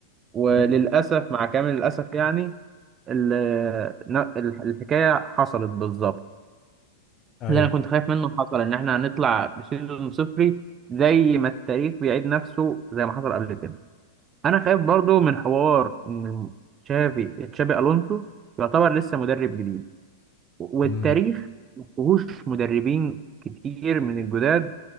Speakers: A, on the right; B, on the left.
A: وللأسف
B: مم.
A: مع كامل الأسف يعني ال- ن- ال- الحكاية حصلت بالظبط
B: ايوه
A: اللي أنا كنت خايف منه حصل إن إحنا هنطلع بسيزون صفري زي ما التاريخ بيعيد نفسه زي ما حصل قبل كده أنا خايف برضو من حوار إن تشافي تشابي ألونسو يعتبر لسه مدرب جديد والتاريخ
B: امم
A: ما فيهوش مدربين كتير من الجداد